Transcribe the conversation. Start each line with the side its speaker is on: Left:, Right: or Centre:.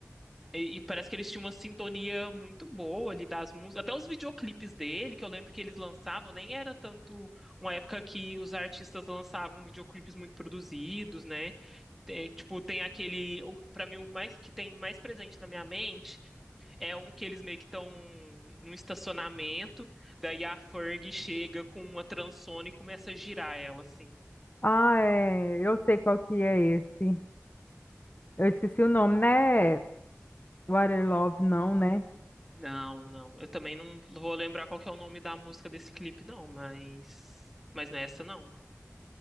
Centre: E, e parece que eles tinham uma sintonia muito boa ali das músicas, até os videoclipes dele, que eu lembro que eles lançavam, nem era tanto uma época que os artistas lançavam videoclipes muito produzidos, né? Tem- tipo, tem aquele, o- pra mim o mais que tem mais presente na minha mente é um que eles meio que estão num estacionamento, daí a Ferg chega com uma transona e começa a girar ela, assim.
Left: Ah, é, eu sei qual que é esse. Eu esqueci o nome, né? Water Love, não, né?
Centre: Não, não. Eu também não vou lembrar qual que é o nome da música desse clipe, não, mas. Mas nessa não.